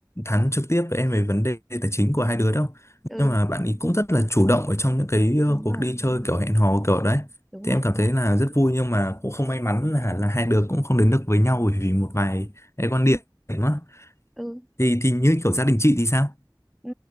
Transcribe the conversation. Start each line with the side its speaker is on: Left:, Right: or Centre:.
Left: thắn trực tiếp với em về vấn đề tài chính của hai đứa đâu
Centre: ừ
Left: nhưng mà bạn ấy cũng rất là chủ động ở trong những cái ờ,
Centre: đúng
Left: cuộc
Centre: rồi
Left: đi
Centre: đúng
Left: chơi
Centre: rồi
Left: kiểu hẹn hò kiểu đấy
Centre: đúng
Left: thì
Centre: rồi
Left: em
Centre: đúng
Left: cảm
Centre: rồi
Left: thấy là rất vui nhưng mà cũng không may mắn là là hai đứa cũng không đến được với nhau bởi vì một vài cái quan điểm đó
Centre: ừ không
Left: thì thì như kiểu gia đình chị thì sao
Centre: ừ,